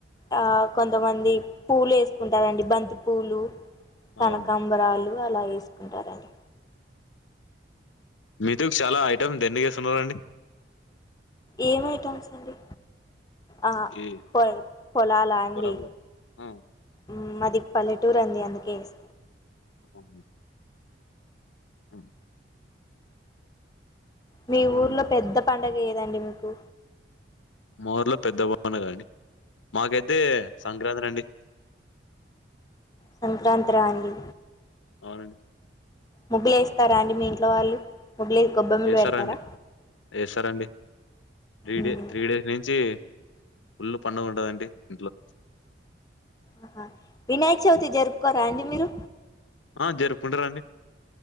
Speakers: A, on the left; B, on the left.
A: ఆ కొంతమంది పూలు ఎసుకుంటారండి బంతి పూలు కనకాంబరాలు
B: అవును.
A: అలా ఎసుకుంటారండి
B: మీతో చాలా ఐటమ్ దండిగా ఎసున్నారండి
A: ఏమైటమ్స్ అండి ఆ
B: ఈ
A: పొ పొలాల అండి
B: పొలంలో. ఆ!
A: ఉమ్ మాది పల్లెటూరు అండి అందుకే ఎస
B: అవునా అ
A: మీ
B: చెప్పండండి.
A: ఊర్లో పెద్ద పండగ ఏదండి మీకు
B: మా ఊర్లో పెద్ద పండగ అండి మాకైతే సంక్రాంత్రి అండి
A: సంక్రాంత్రా అండి
B: అవునండి
A: ముగ్గులేస్తారా అండి మీ ఇంట్లో వాళ్ళు ముగ్గులే గొబ్బెమ్మలు
B: ఎస్తారండి
A: పెడతారా
B: ఎస్తారండి త్రీ
A: మ్,
B: డే త్రీ డేస్ నించి ఫుళ్లు పండగుంటాదండి ఇంట్లో
A: ఆహా వినాయక చవితి జరుపుకోరా అండి మీరు
B: ఆ జరుపుకుంటారండి